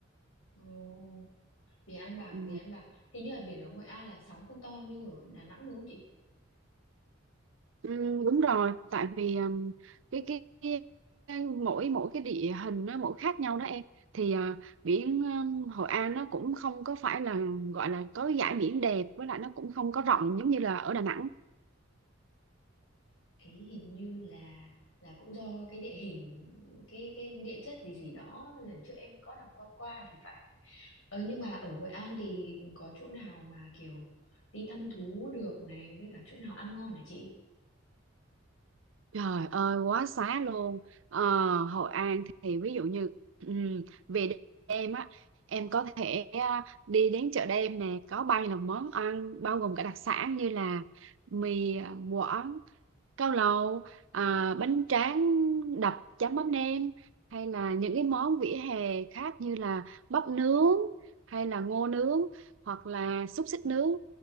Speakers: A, on the left (about 80°); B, on the right (about 70°).
A: Ồ, biển An Bàng,
B: Ừ.
A: biển An Bàng. Hình như là biển ở Hội An là sóng không to như ở Đà Nẵng đúng không chị?
B: Ừ, đúng rồi, tại vì ừm, cái, cái cái cái mỗi mỗi cái địa hình nó mỗi khác nhau đó em. Thì à, biển ừm, Hội An nó cũng không có phải là gọi là có dải biển đẹp với lại nó cũng không có rộng giống như là ở Đà Nẵng
A: Ấy hình như là là cũng do cái địa hình, cái cái địa chất gì gì đó lần trước em có đọc qua qua thì phải. Ờ nhưng mà ở Hội An thì có chỗ nào mà kiểu đi thăm thú được này với cả chỗ nào ăn ngon hả chị?
B: Trời ơi quá xá luôn ờ, Hội An thì ví dụ như ừm, về đêm á em có thể à, đi đến chợ đêm nè có bao nhiêu là món ăn bao gồm cả đặc sản như là mì à, quảng cao lầu à, bánh tráng đập chấm mắm nêm hay là những cái món vỉa hè khác như là bắp nướng hay là ngô nướng hoặc là xúc xích nướng